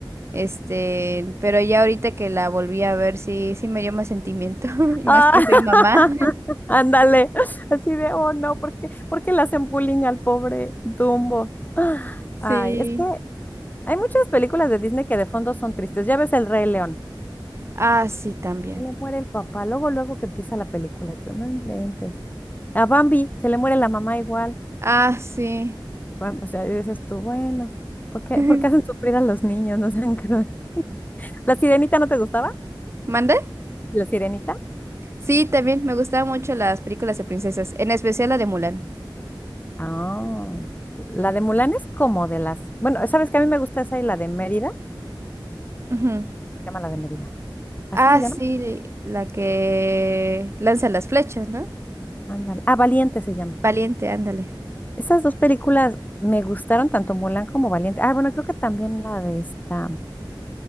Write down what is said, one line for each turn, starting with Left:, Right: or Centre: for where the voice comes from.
Right: este, pero ya ahorita que la volví a ver, sí, sí me dio más sentimiento, <laughs> y más
Left: Ah,
Right: que
Left: <laughs>
Right: soy mamá. <laughs>
Left: ándale, así de, oh no, ¿por qué, por qué le hacen bullying al pobre Dumbo?
Right: Sí.
Left: Ay, es que hay muchas películas de Disney que de fondo son tristes. Ya ves El Rey León,
Right: Ah, sí, también.
Left: se le muere el papá, luego, luego que empieza la película, y tú no inventes. A Bambi, se le muere la mamá igual.
Right: Ah, sí.
Left: Bueno, o sea, y dices tú, bueno, ¿por qué,
Right: <laughs>
Left: por qué hacen sufrir a los niños? No sean crueles. <laughs> ¿La Sirenita no te gustaba?
Right: ¿Mande?
Left: ¿La Sirenita?
Right: Sí, también me gustaban mucho las películas de princesas, en especial la de Mulan.
Left: Ah, la de Mulan es como de las, bueno, sabes que a mí me gusta esa y la de Mérida, se
Right: Ujú.
Left: llama la de Mérida. ¿Así
Right: Ah,
Left: se llama?
Right: sí, la que lanza las flechas, ¿no?
Left: Ándale. Ah, Valiente se llama.
Right: Valiente, ándale.
Left: Esas dos películas me gustaron tanto Mulan como Valiente. Ah, bueno, creo que también la de esta.